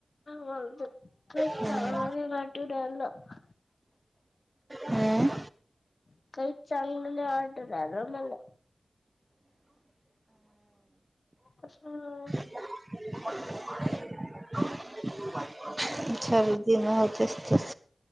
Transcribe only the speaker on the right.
हम्म
हम्म
<unintelligible> शर्दी ह तेच तेच.